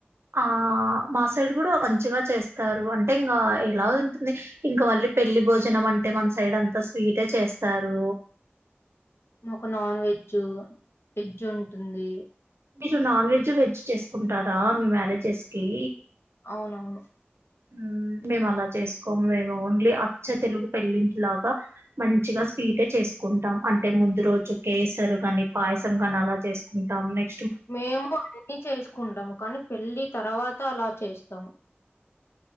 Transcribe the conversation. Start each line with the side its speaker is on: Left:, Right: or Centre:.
Right: ఆ మా సైడ్ కూడా మంచిగా చేస్తారు అంటే ఇంగ ఎలా ఉంటుంది ఇంకా మళ్ళీ పెళ్లిి భోజనం అంటే మన సైడ్ అంతా స్వీటే చేస్తారు
Left: మాకు నాన్ వెజ్ వెజ్జ్ ఉంటుంది
Right: మీరు నాన్ వెజ్ వెజ్ చేసుకుంటారా మీ మ్యారేజెస్ కి
Left: అవునవును
Right: ఉమ్ మేము అలా చేసుకోము మేము ఓన్లీ అచ్చ తెలుగు పెళ్ళింటి లాగా మంచిగా స్వీటే చేసుకుంటాం అంటే ముందు రోజు కేసరు కాని పాయసం కాని అలా చేసుకుంటాం నక్
Left: మేము అన్ని చేసుకుంటాము కానీ పెళ్ళి తర్వాత అలా చేస్తాము